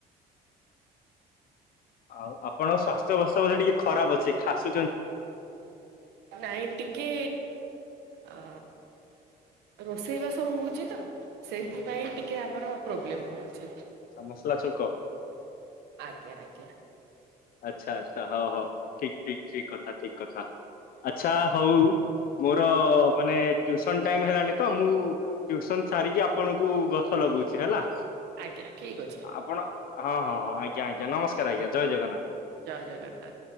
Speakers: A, on the left; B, on the right.
A: ଆଉ ଆପଣଙ୍କ ସ୍ୱାସ୍ଥ୍ୟ ଅବସ୍ଥା ବୋଧେ ଟିକେ ଖରାପ ଅଛି ଖାସୁଛନ୍ତି।
B: ନାଇଁ ଟିକେ ଆ ରୋଷେଇବାସ ହଉଛି ତ ସେଇଥିପାଇଁ ଟିକେ ଆମର ପ୍ରୋବ୍ଲେମ ହଉଛି।
A: ଆ ମସଲା ଛୁଙ୍କ।
B: ଆଜ୍ଞା ଆଜ୍ଞା।
A: ଆଚ୍ଛା ଆଚ୍ଛା ହଁ ହଁ ଠିକ ଠିକ ଠିକ କଥା ଠିକ କଥା ଆଚ୍ଛା ହଉ। ମୋର ମାନେ ଟ୍ୟୁସନ ଟାଇମ ହେଲାଣି ତ ମୁଁ ଟ୍ୟୁସନ ଛାରିକି ଆପଣଙ୍କୁ ଗଛ ଲଗଉଛି ହେଲା।
B: ଆଜ୍ଞା ଠିକ୍ ଅଛି।
A: ଆପଣ ହଁ ହଁ ହଁ ଆଜ୍ଞା ଆଜ୍ଞା ନମସ୍କାର ଆଜ୍ଞା ଜୟ ଜଗନ୍ନାଥ।
B: ଜୟ ଜଗନ୍ନାଥ।